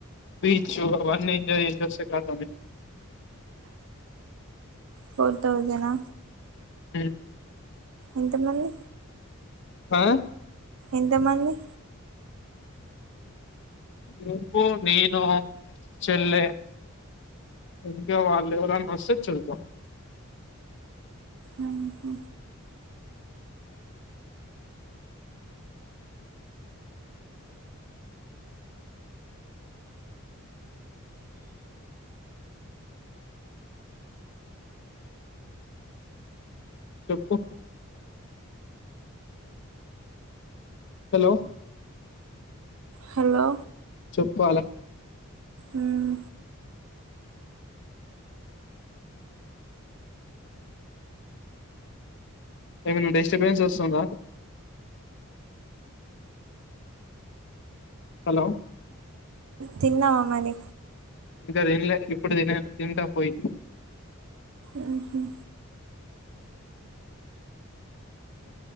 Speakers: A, on the left; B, on the right.
A: బీచ్ అవన్నీ ఎంజాయ్ చేసోస్తే కథం
B: ఫోర్ థౌస్జనా
A: ఉ
B: ఎంతమంది
A: ఆ
B: ఎంతమంది
A: నువ్వు నేను చెల్లె ఇంకా వాళ్ళు ఎవళ్ళన వస్తే చూద్దాం
B: ఆహ
A: చెప్పు హలో
B: హలో
A: చెప్పాలి
B: ఉమ్
A: ఏమైనా డిస్టబెన్స్ వస్తుందా హలో
B: తిన్నావా మరి
A: ఇంకా తిన్లే ఇప్పుడు తినే తింటా పోయి
B: ఉహు